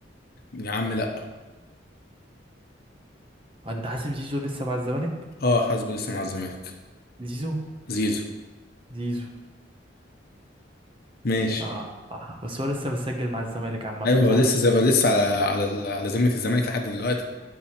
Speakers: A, on the left; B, on the right.
A: يا عم لا
B: آه، انت حاسب زيزو لسه مع الزمالك
A: اه حاسبه لسه مع الزمالك
B: زيزو
A: زيزو
B: زيزو
A: ماشي
B: آه. اه بس هو لسه مسجل مع الزمالك عامه
A: ايوه
B: صح
A: هو لسه هو لسه على على على ذمه الزمالك لحد دلوقتي